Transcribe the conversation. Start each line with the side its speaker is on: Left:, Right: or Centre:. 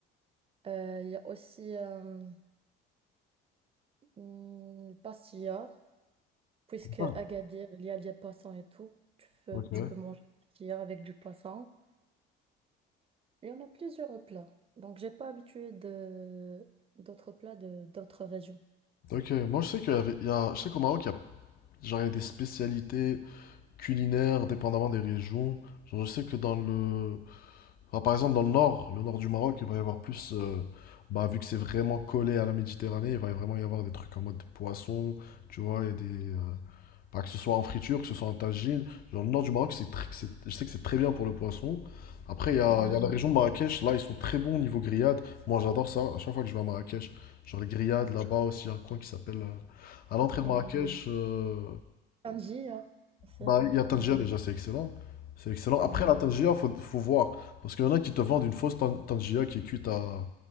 Right: Euh, Il y a aussi euh, hmm, pastilla, puisque
Left: Ah,
Right: Agadir, il y a des poissons et tout. Tu peux,
Left: Ok.
Right: tu peux manger pastilla avec du poisson. Il y en a plusieurs plats. Donc, j'ai pas habitué de d'autres plats de d'autres régions.
Left: Ok, moi je sais qu'il y avait, il y a, je sais qu'au Maroc, il y a, genre, il y a des spécialités culinaires dépendamment des régions. Genre, je sais que dans le, Enfin, par exemple, dans le nord, le nord du Maroc, il va y avoir plus. euh, bah, vu que c'est vraiment collé à la Méditerranée, il va vraiment y avoir des trucs en mode poisson, tu vois, il y a des. euh, bah, que ce soit en friture, que ce soit en tagine. Genre, le nord du Maroc, c'est tr- c'est- je sais que c'est très bien pour le poisson. Après, il y a,
Right: Ouais.
Left: il y a la région de Marrakech, là, ils sont très bons au niveau grillade. Moi, j'adore ça. À chaque fois que je vais à Marrakech, genre les grillades là-bas aussi, il y a un coin qui s'appelle. euh, à l'entrée
Right: Euh,
Left: de Marrakech, euh,
Right: Tangier, aussi.
Left: bah, il y a Tangier
Right: au Maroc.
Left: déjà, c'est excellent. C'est excellent.
Right: Ouais.
Left: Après, la tangia faut, faut voir. Parce qu'il y en a qui te vendent une fausse tan- Tangier qui est cuite à.